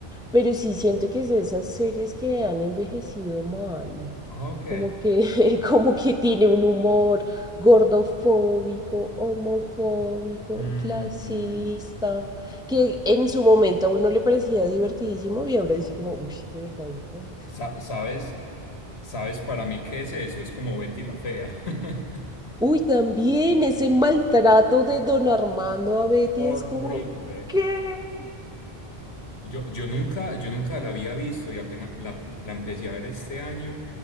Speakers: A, in the centre; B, on the left (about 85°).
A: pero sí siento que es de esas series que han envejecido mal.
B: Ok.
A: Como que, <laughs> como que tiene un humor gordofóbico, homofóbico,
B: Mm,
A: clasista, que en su momento a uno le parecía divertidísimo y ahora dice como, uy, de verdad dijo eso.
B: sa- ¿sabes? ¿Sabes para mí qué es eso? Es como Betty la Fea. <laughs>
A: Uy, también ese maltrato de don Armando a Betty
B: Horrible.
A: es como, ¿qué?
B: Yo, yo nunca, yo nunca la había visto y apenas la, la empecé a ver este año